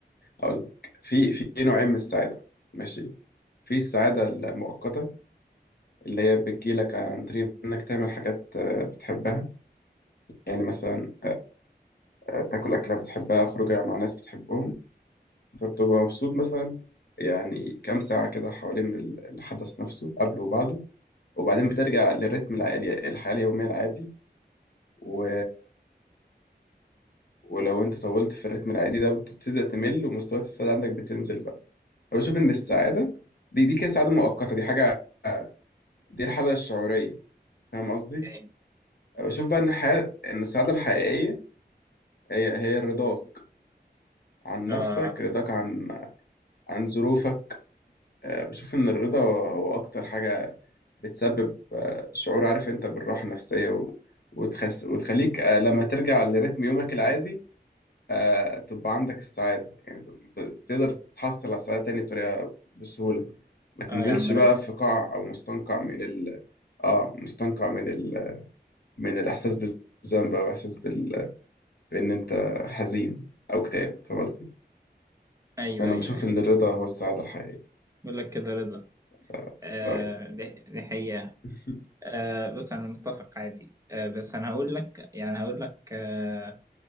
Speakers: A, on the left (about 65°); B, on the right (about 20°).
A: هقول لك في في نوعين من السعاده ماشي في السعاده المؤقته اللي هي بتجيلك عن طريق انك تعمل حاجات آه، بتحبها يعني مثلا آه، تاكل اكله بتحبها خروجه مع ناس بتحبهم فبتبقى مبسوط مثلا يعني كام ساعه كده حوالين ال- الحدث نفسه قبله وبعده وبعدين بترجع للريتم العالي الحياه اليوميه العادي و... ولو انت طولت في الريتم العادي ده بتبتدي تمل ومستويات السعاده عندك بتنزل بقى بشوف ان السعاده دي دي كده سعاده مؤقته دي حاجه دي الحاله الشعوريه فاهم قصدي
B: أيوة.
A: بشوف بقى ان الحياه ان السعاده الحقيقيه هي هي رضاك عن
B: اه
A: نفسك رضاك عن عن ظروفك آه، بشوف ان الرضا هو اكتر حاجه بتسبب آه، شعور عارف انت بالراحه النفسيه و... وتخس... وتخليك آه، لما ترجع لريتم يومك العادي آه، تبقى عندك السعادة يعني ت- تقدر تحصل على السعادة تاني بطريقة بسهولة ما تنزلش
B: اه يا عم رضا
A: بقى في قاع أو مستنقع من ال اه مستنقع من ال من الإحساس بالذنب أو إحساس بال... بإن أنت حزين أو اكتئاب فاهم قصدي؟
B: ايوه
A: فأنا
B: ايوه
A: بشوف
B: ايوه
A: إن الرضا هو السعادة الحقيقية
B: بقول لك كده رضا
A: ده
B: آه
A: رأيي
B: دي دي حقيقة
A: <laughs>
B: آه بص انا متفق عادي آه بس انا هقول لك يعني هقول لك آه،